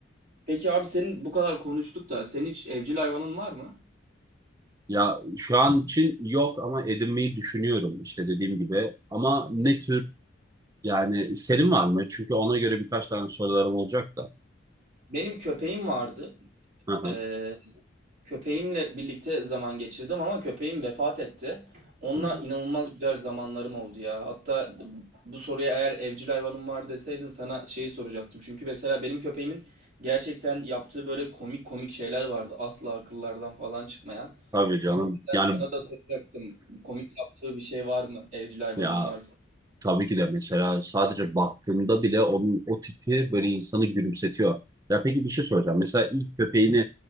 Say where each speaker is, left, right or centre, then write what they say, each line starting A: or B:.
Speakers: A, on the right (about 45°); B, on the right (about 20°).
A: Peki abi senin bu kadar konuştuk da senin hiç evcil hayvanın var mı?
B: Ya şu an için yok ama edinmeyi düşünüyorum işte dediğim gibi. Ama ne tür yani senin var mı? Çünkü ona göre birkaç tane sorularım olacak da.
A: Benim köpeğim vardı.
B: Hı hı.
A: Ee, köpeğimle birlikte zaman geçirdim ama köpeğim vefat etti. Onunla
B: Hı.
A: inanılmaz güzel zamanlarım oldu ya. Hatta bu soruya eğer evcil hayvanım var deseydin sana şeyi soracaktım. Çünkü mesela benim köpeğimin gerçekten yaptığı böyle komik komik şeyler vardı. Asla akıllardan falan çıkmayan.
B: Tabii canım.
A: O yüzden
B: Yani
A: sana da soracaktım. Komik yaptığı bir şey var mı? Evcil hayvanın
B: ya
A: varsa.
B: tabii ki de mesela sadece baktığımda bile onun o tipi böyle insanı gülümsetiyor. Ya peki bir şey soracağım. Mesela ilk köpeğini